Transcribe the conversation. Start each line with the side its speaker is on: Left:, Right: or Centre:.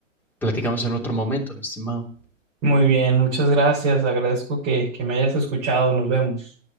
Centre: platicamos en otro momento, mi estimado.
Right: Muy bien, muchas gracias. Agradezco que, que me hayas escuchado. Nos vemos.